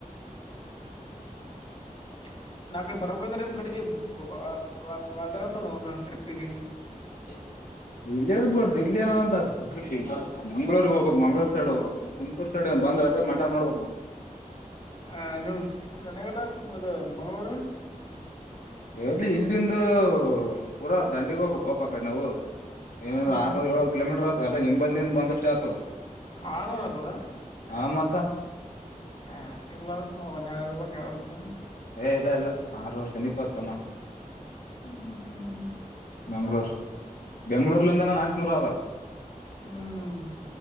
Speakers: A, on the left; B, on the left.
A: <unintelligible> ನಾಕ ಬರಂದ್ರೆ ನಿಮ್ ಕಡೆಗೆದಾರ ನ ಟ್ರಿಪ್ಪಿಗೆ
B: ಹ ಇಲ್ಲೇಬೋಡ್ದ ಇಲ್ಲಿೇನಾವ ಅಂತ ಆಗ್ತದೆ ಟ್ರಿ ಮಂಗಳೂರ್ಗ್ ಹೋಗಬೇಕಕ್ ಮಂಗಗಳೂರ್ ಸೈಡ್ ಹೋಗ್ಬೇಕಕ್ ತುಮಕೂರು ಸೈಡ್ ಬಂದ್ ಹಾಗೆ ಮಠ ನೋಡ್ಬೇಕು ಮ
A: ಆ ನೀನ್ೂಸ್ ಮನೆಗಲ್ಲ ತುಮ ಅದು ಮಂಗ್ಗಳೂರು
B: ಎಲ್ಲಿ ಇಲ್ಲಿಂದ ಪೂರಾ ದಂಡಿಗ ಹೋಗ ಕೋಪ ಕಡೆ ನಾವು ಏನಂದು
A: ಹ್ಮ್
B: ಆರ್ನೂರು ಏಳ್ನೂರು ಕಿಲೋಮೀಟರ್ ಆತದೆ ಅಲ್ಲ ನಿಂಬಲ್ಲಿಂದ ಬಂದಷ್ಟೇ ಆಗ್ತದೆ
A: ಆರವರ ಅತದ
B: ಹಾ ಮತ್ತ
A: ಹಾ ಅಷ್ಟ ಇಲ್ಲಾರನ್ ನೋಡು ಒಂದು ಎರಡು ನೂರು ಕಿಲೋಮೀಟರ್
B: ಹೇ ಇಲ್ಲ ಇಲ್ಲ ಆರು ಸಮೀಪ ಆಯ್ತಾ ತಮ್ಮ
A: ಹ್ಮ್ ಹ್ಮ್
B: ಮಂಗಳೂರ್ ಬೆಂಗ್ಳೂರ್ಲಿಂದನ ನಾಲ್ಕುನೂರು ಅದ
A: ಹ್ಮ್